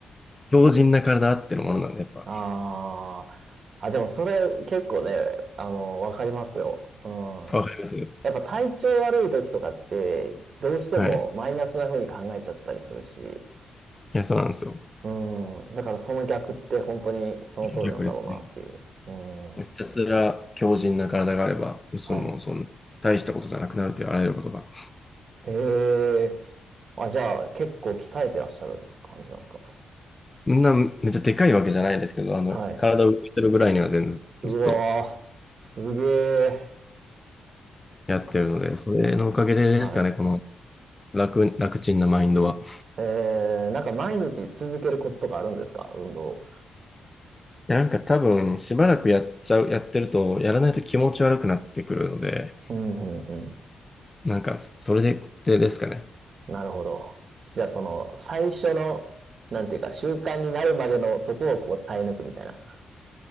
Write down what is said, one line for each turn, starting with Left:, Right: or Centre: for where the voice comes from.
Left: 強靭な体あってのものなんで、やっぱ、
Right: あー。あ、でもそれ結構ね、あの、わかりますよ。うん。
Left: わかりますよ
Right: やっぱ体調悪い時とかって、どうしてもマイナスな風に考えちゃったりするし。
Left: はい。いや、そうなんですよ。
Right: うん。だからその逆って本当にその通りなんだろうなっていう。
Left: 逆ですね。
Right: う
Left: ひたすら強靭な体があれば、
Right: ん。
Left: その、
Right: はい。
Left: その、大したことじゃなくなるというあらゆることが。
Right: ええー。あ、じゃあ結構鍛えてらっしゃる感じなんですか。
Left: みんなめっちゃでかいわけじゃないですけど、あの、
Right: はい。
Left: 体を動かせるぐらいには全然ずずっと
Right: うわー、すげえ。
Left: やってるので、それのおかげでですかね、
Right: はい。
Left: この楽、楽ちんなマインドは。
Right: えー、なんか毎日続けるコツとかあるんですか運動を。
Left: や、なんか多分、しばらくやっちゃう、やってると、やらないと気持ち悪くなってくるので、
Right: うん、うん、う
Left: なんか、それで、でですかね。
Right: ん。なるほど。じゃあその、最初の、なんていうか、習慣になるまでのとこをこう耐え抜くみたいな。